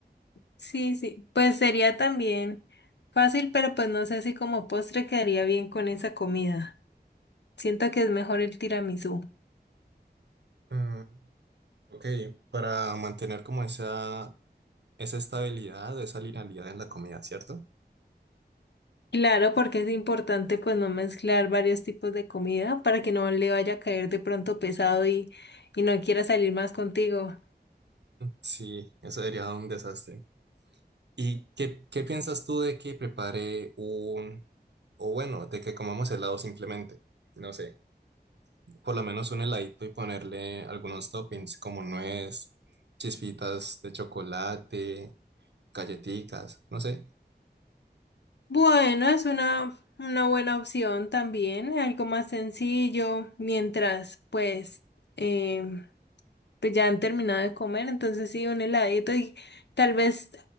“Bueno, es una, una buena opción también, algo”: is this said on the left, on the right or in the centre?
Left